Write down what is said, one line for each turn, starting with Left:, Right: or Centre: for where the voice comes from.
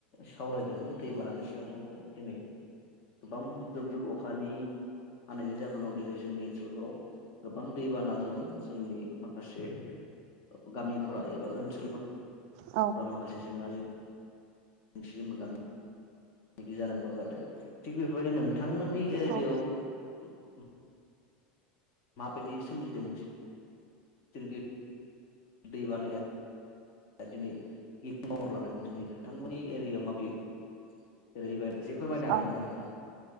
Left: सावरायगोन दै बानानोस सोआव नंगौ दिनै गोबां जुब जुब अखानि हानाय ज होनाव दिनै जोंनि ओनसोलफोराव गोबां दैबानाजों जोंनि माखासे ओ गामिफोराव एबा ओनसोल
Right: औ
Left: माखासे जेंना जो <unintelligible> मोगा मोगि जानो गोनां जादों थिग बेफोरबायदिनो नों थांमोननि एरियायाव
Right: औ
Left: उम माबायदि सोमजिदों <unintelligible> जोंखै दै बानाया ओ दिनै <unintelligible> लादों दिनै नोंथांमोननि एरियायाव माबदि जेरैबायदिससे फोरमायनो हागोन
Right: औ
Left: नामा नोंथांङा?